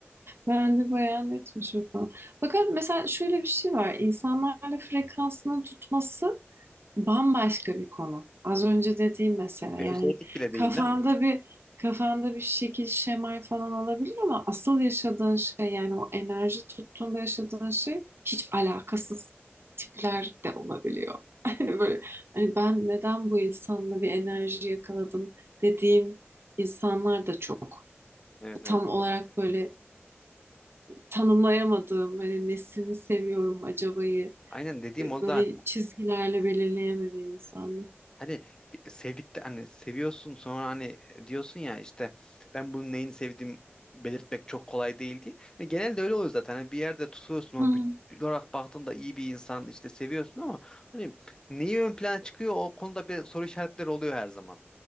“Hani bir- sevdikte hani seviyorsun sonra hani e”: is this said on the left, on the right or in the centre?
Left